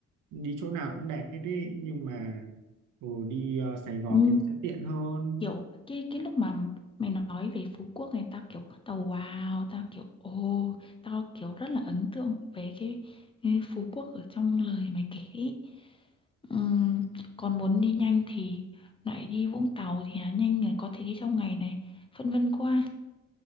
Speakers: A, on the right (about 80°); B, on the left (about 20°).
A: đi chỗ nào cũng đẹp hết đi nhưng mà ừ, đi ờ, Sài Gòn
B: ừ,
A: thì nó sẽ tiện hơn
B: kiểu cái cái lúc mà mày nói về Phú Quốc này tao kiểu tao wow tao kiểu ồ tao kiểu rất là ấn tượng về cái, cái Phú Quốc ở trong lời mày kể ấy. Ừm, còn muốn đi nhanh thì lại đi Vũng Tàu thì là nhanh này có thể đi trong ngày này phân vân quá